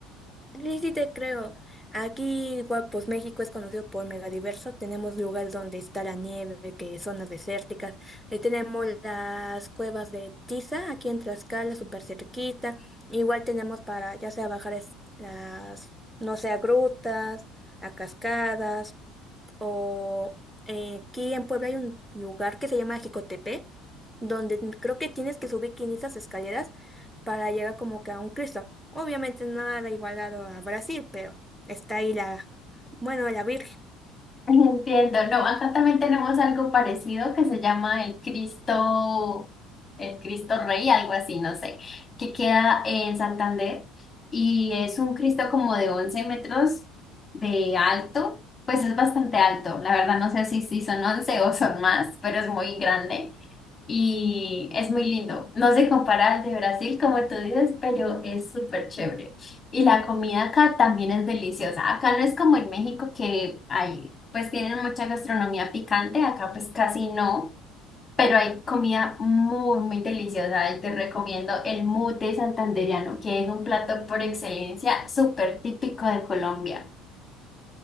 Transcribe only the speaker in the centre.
Sí, sí te creo. Aquí, igual, pues México es conocido por megadiverso. Tenemos lugares donde está la nieve, que zonas desérticas. Eh, tenemos las cuevas de Tiza, aquí en Tlaxcala, súper cerquita. Igual tenemos para, ya sea bajar es- las, no sé, a grutas, a cascadas. O eh, aquí en Puebla hay un lugar que se llama Jicotepe, donde creo que tienes que subir 500 escaleras para llegar como que a un Cristo. Obviamente nada igualado a Brasil, pero está ahí la, bueno, la Virgen.